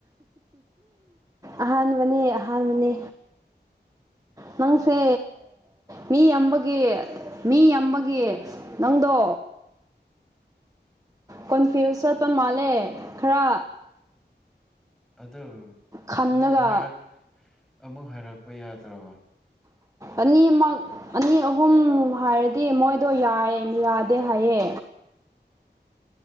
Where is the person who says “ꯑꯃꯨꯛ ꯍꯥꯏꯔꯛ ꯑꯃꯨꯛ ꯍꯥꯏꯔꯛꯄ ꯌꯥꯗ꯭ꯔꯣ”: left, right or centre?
Centre